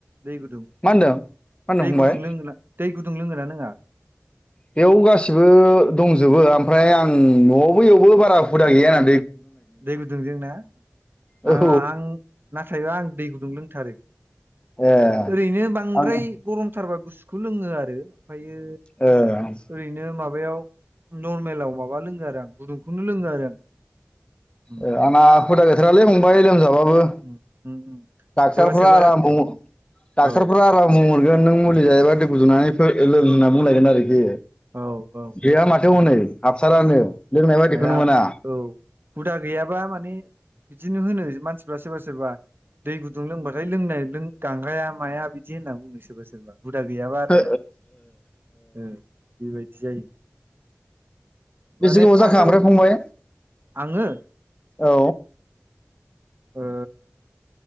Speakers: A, on the right; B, on the left.
A: दै गुदुं
B: मा होनदों मा होनदों
A: दै
B: फंबाय
A: गुदुं लोङोना दै गुदुं लोंगोना लोङा?
B: बेयाव गासिबो दंजोबो आमफ्राय आं न'आवबो इयावबो बारा हुदा गैया ना
A: दै गुदुं जोंना
B: औ
A: आङा आं नाथायबा आं दै गुदुं लोंथारो
B: ए
A: ओरैनो बांद्राय
B: आं
A: गरमथारबा गुसुखौ लोङो आरो ओमफायो
B: ओ
A: ओरैनो माबायाव नरमेलाव माबा लोंङो आरो आं गुदुंखौनो लोङो आरो उम
B: ए आंना हुदा गैथारालै फंबाय लोमजाबाबो
A: उम उम उम
B: डाक्टारफ्रा
A: सोरबा सोरबा
B: आराम बुं डाक्टारफ्रा
A: औ
B: आराम बुंहरगोन नों मुलि जायोबा दै गुदुनानै फो लों होननानै बुंलायगोन आरोखि
A: औ औ
B: गैया माथ थो हनै हाबथारानो लोंनाय बायदिखौनो
A: हाया
B: मोना
A: औ हुदा गैयाबा माने बिदिनो होनो मानसि फोरा सोरबा सोरबा दै गुदुं लोंबाथाय लोंनाय लों गांगाया माया बिदि होनना बुङो सोरबा सोरबा हुदा गैयाबा आरोना
B: ओ
A: ओ बेबायदि जायो
B: बेसे
A: माने
B: गोबाव
A: फार्स्टाव
B: जाखो ओमफ्राय फंबाय
A: आङो
B: औ
A: ओ